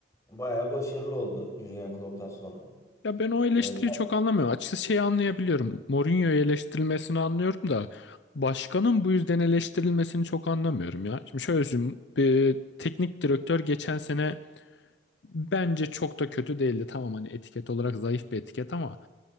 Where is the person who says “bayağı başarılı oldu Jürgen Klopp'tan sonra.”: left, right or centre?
Left